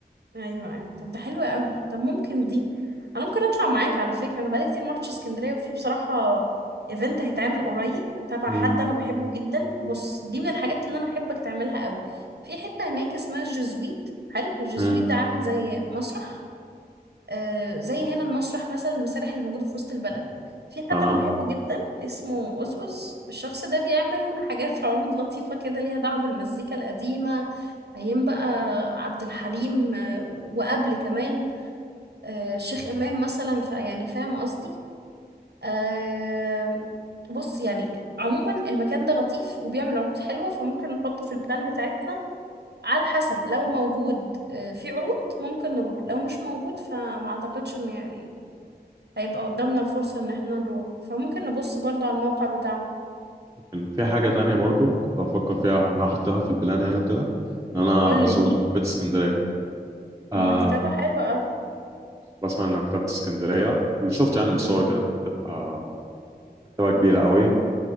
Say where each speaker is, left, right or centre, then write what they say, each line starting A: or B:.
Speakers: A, on the right (about 80°); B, on the right (about 20°).
A: أيوة أيوة طب ده حلو قوي طب ممكن دي أنا ممكن أطلع معاك على فكرة أنا بقالي كتير ما رحتش اسكندرية وفي بصراحة ايفنت هيتعمل قريب تبع
B: مم.
A: حد أنا بحبه جدا بص دي من الحاجات اللي أنا أحبك تعملها قوي في حتة هناك اسمها الجزويت حلو الجزويت
B: مم.
A: ده عامل زي مسرح آه، زي هنا المسرح مثلا المسارح اللي موجودة في وسط البلد في حد
B: تمام
A: أنا بحبه جدا اسمه أزأز الشخص ده بيعمل حاجات <laughs> عروض لطيفة كده ليها دعوة بالمزيكا القديمة أيام بقى عبد الحليم آه، وقبل كمان آه، الشيخ إمام مثلا فيعني فاهم قصدي آه، بص يعني عموما المكان ده لطيف وبيعمل عروض حلوة فممكن نحطه في البلان بتاعتنا على حسب لو موجود آه، في عروض ممكن نروح لو مش موجود فما أعتقدش إنه يعني هيبقى قدامنا الفرصة ان احنا نروح فممكن نبص برضو على الموقع بتاعهم
B: كان في حاجة تانية برضو كنت بفكر فيها ان أنا احطها في البلان يعني وكده ان انا
A: قولي
B: ازور مكتبة اسكندرية آه
A: المكتبة حلوة اوي
B: بسمع ان مكتبة اسكندرية واللي شفت يعني من الصور
A: امم
B: كده بتبقى مكتبة كبيرة قوي